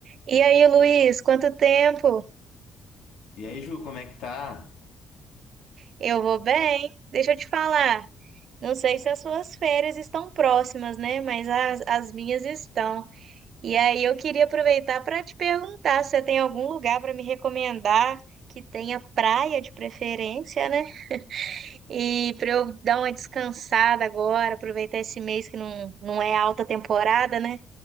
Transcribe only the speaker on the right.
E aí, Luiz, quanto tempo?
Eu vou bem. Deixa eu te falar. Não sei se as suas férias estão próximas, né? Mas as, as minhas estão. E aí, eu queria aproveitar para te perguntar se você tem algum lugar para me recomendar que tenha praia de preferência, né? E para eu dar uma descansada agora, aproveitar esse mês que não, não é alta temporada, né?